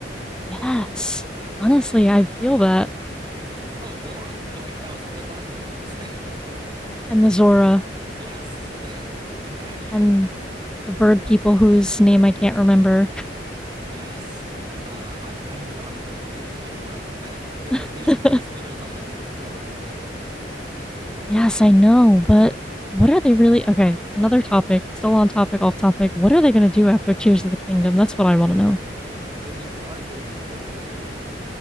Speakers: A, in the centre; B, on the right (about 25°).
A: yes. Honestly, I feel that.
B: Oh, Goron. Okay, that was that's another race.
A: And the Zora
B: <laughs> yes. <laughs> Imagine.
A: and the bird
B: Oh my
A: people
B: goodness.
A: whose name I can't remember.
B: Yes. Uh, I, I'm drawing a blank too. It's been a while. <laughs> they, they
A: <laughs>
B: they should release another Zelda game to jog my memory, please.
A: yes, I know, but what are they really Okay, another topic, still on topic, off topic. What are they going to do after Tears of the Kingdom? That's what I want to know.
B: <laughs> well, we are getting a Warriors game.